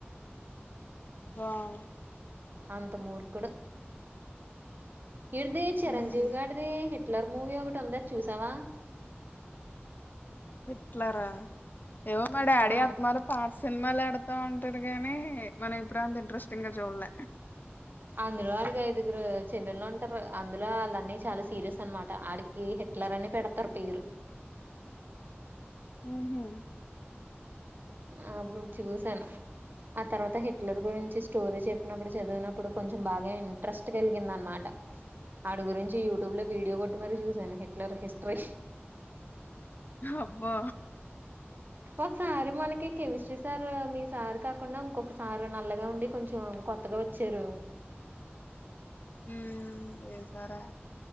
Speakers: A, on the left; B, on the right.
A: వావ్
B: అంతమూర్ఖుడు ఇడ్ది చిరంజీవి
A: ఉహు
B: గాడిది హి హిట్లర్ మూవీ ఒకటి ఉంది అది చూసావా
A: హిట్లరా ఏవో మా డాడీ
B: ఆ
A: అత్తమారి పాతా సినిమాలుఎడతావుంటే అంటాడు గానీ మనం ఎప్పుడు అంత ఇంట్రెస్టింగ్ గా చూడలే
B: ఆందులో ఐదుగురు చెల్లెలు ఉం ర్ అందులో వాళ్ళ అన్నయ్య చాలా సీరియస్ అనమాట ఆడికి హిట్లర్ అని పెడతారు పేరు
A: ఊ హు
B: ఆ అప్పుడు చూసాను ఆ తర్వాత హిట్లర్ గురించి స్టోరీ చెప్పినప్పుడు చదివినప్పుడు కొంచెం బాగా ఇంట్రెస్ట్ కలిగిందానమాటా ఆడి గురించి య్యూటుబ్లో వీడియో కోట్టి మరి చూసాను హిట్లర్ హిస్టరీ
A: హ అబ్బా
B: ఒక్కసారి మనకి కెమిస్ట్రీ సార్ మీ సార్ కాకుండా ఇంకొకసారు నల్లగా ఉండి కొంచెం కొత్తగా వచ్చారు
A: హు ఏ సారే